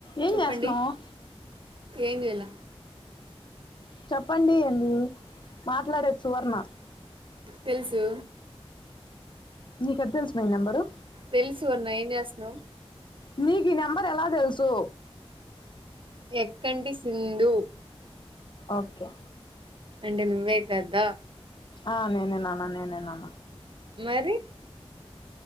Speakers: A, on the left; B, on the right.
A: ఏం
B: చెప్పండి
A: జెస్తున్నావ్
B: ఏం జేయల
A: చెప్పండి అండి మాట్లాడేది సువర్ణ
B: తెలుసు
A: నీకు ఎట్ తెలుసు మె ఈ నెంబరు
B: తెలు సువర్ణ ఏం జేస్తున్నావ్
A: నీకు ఈ నెంబర్ ఎలా తెలుసు
B: ఎక్కంటి సింధు
A: ఓకే
B: అంటే నువ్వె కద్దా
A: ఆ నేనే నాన నేనే నాన
B: మరి